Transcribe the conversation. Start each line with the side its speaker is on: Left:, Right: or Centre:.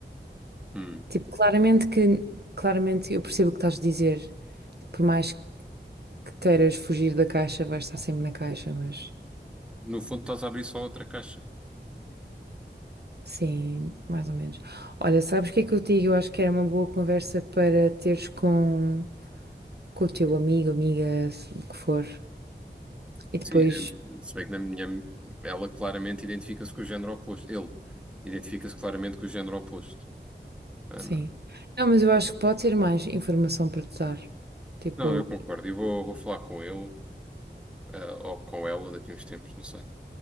Centre: hum,
Right: Tipo, claramente que, claramente eu percebo o que estás a dizer, por mais que queiras fugir da caixa, vais estar sempre na caixa, mas
Centre: no fundo, estás a abrir só outra caixa.
Right: sim, mais ou menos. Olha, sabes o que é que eu te digo? Eu acho que era uma boa conversa para teres com, com o teu amigo, amiga, se- o que for. E
Centre: Sim,
Right: depois,
Centre: é, se bem que na minha, ela claramente identifica-se com o género oposto. Ele identifica-se claramente com o género oposto. Hum,
Right: sim. Não, mas eu acho que pode ser mais informação para te dar. Tipo,
Centre: não, eu concordo. Eu vou, vou falar com ele, ah, ou com ela daqui a uns tempos, não sei.